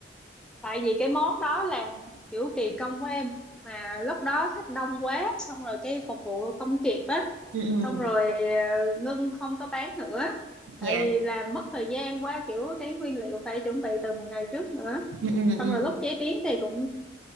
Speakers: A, in the centre; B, on the right.
A: tại vì cái món đó là kiểu kỳ công của em mà lúc đó thích đông quá xong rồi cái phục vụ không kịp á
B: ừ ừ
A: xong rồi ờ, ngưng không có bán nữa
B: dạ
A: tại vì làm mất thời gian quá kiểu cái nguyên liệu phải chuẩn bị từ một ngày trước nữa
B: ừ ừ
A: xong
B: ừ
A: rồi lúc chế biến thì cũng